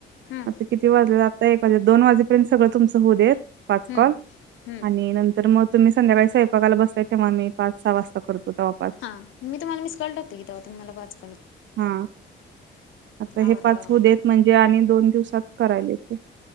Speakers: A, on the left (about 80°); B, on the right (about 65°).
A: हां
B: आता किती वाजल्यात आता एक वाजलेत दोन वाजे फ्रेंड सगळ तुमच होऊ देत पाच
A: हां
B: कॉल
A: हां
B: आणि नंतर मग तुम्ही संध्याकाळी स्वयपाकाला बसतय तेव्हाम्ही पाच सहा वाजता करतो तेव्हा पाच
A: हा मी तुम्हाला मिस कॉल टाकते की तवा तुम्ही मला वाच
B: हा आता
A: आवरल्यावर
B: हे पाच होवू
A: मग
B: देत म्हणजे आणि दोन दिवसात करायलेच